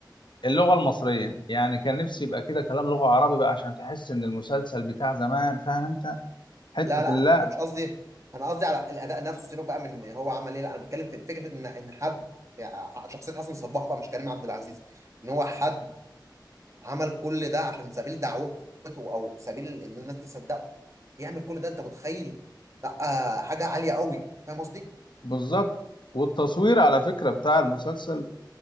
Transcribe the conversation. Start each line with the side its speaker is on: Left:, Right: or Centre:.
Left: اللغه المصريه يعني كان نفسي يبقى كده كلام لغه عربي بقى عشان تحس ان المسلسل بتاع زمان فاهم انت حته
Right: لا لا
Left: اللأ
Right: انا مش قصدي انا قصدي على الاداء نفسه سيبك بقى من هو عمل ايه لا انا بتكلم في فكره ان ان حد يعني شخصيه حسن صباح بقى مش كريم عبد العزيز ان هو حد عمل كل ده عشان سبيل دعوته او سبيل ان الناس تصدقه يعمل كل ده انت متخيل لا آه، حاجه عاليه قوي فاهم قصدي
Left: بالظبط والتصوير على فكره بتاع المسلسل